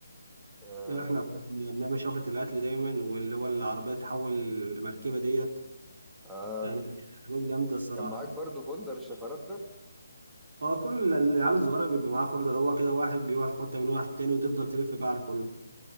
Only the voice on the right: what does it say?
احنا كنا بنعمل
شفرة القتل دايما واللي هو العربية تحول المركبة ديت
يعني كانت حاجات جامدة الصراحة
هو كل العيال الصغيرة بيبقى معاه فولدر هو كده واحد بيروح ياخدها من واحد تاني وتفضل تلف بقى على كله